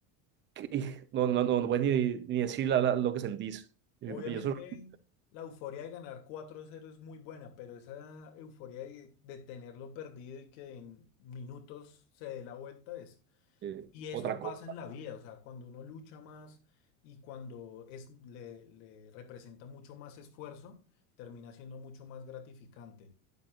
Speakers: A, on the right; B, on the left.
A: que- no, no, no, no puedes ni, ni decir la- la- lo que sentís. Y
B: Obviamente
A: y eso es
B: la euforia de ganar 4-0 es muy buena, pero esa euforia de, de tenerlo perdido y que en minutos se dé la vuelta es...
A: eh,
B: Y eso
A: otra
B: pasa
A: cosa.
B: en la vida, o sea, cuando uno lucha más y cuando es, le, le representa mucho más esfuerzo, termina siendo mucho más gratificante.